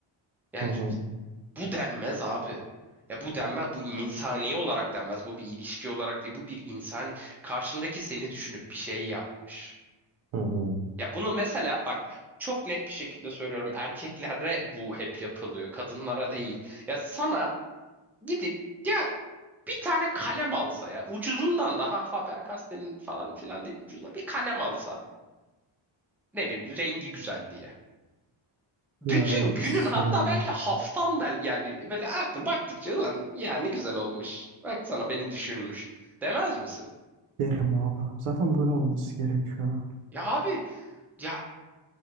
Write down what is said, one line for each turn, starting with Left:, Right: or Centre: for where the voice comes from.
Centre: Yani
Right: hı hı.
Centre: bu denmez abi. Ya bu denmez, bu insani olarak denmez. Bu bir ilişki olarak değil, bu bir insani. Karşındaki seni düşünüp bir şey yapmış.
Right: hı.
Centre: Ya bunu mesela bak çok net bir şekilde söylüyorum. Erkeklere bu hep yapılıyor. Kadınlara değil. Ya sana gidip ya bir tane kalem alsa ya. Ucuzundan da ha Faber-Castell'in falan filan diye ucuzuna bir kalem alsa. Ne bileyim rengi güzel diye. Bütün
Right: Yine de
Centre: günün
Right: sevinci.
Centre: hatta belki haftan bel yani böyle artık baktıkça lan ya ne güzel olmuş. Bak sana beni düşünmüş. Demez misin?
Right: Derim abi. Zaten böyle olması gerekiyor.
Centre: Ya abi ya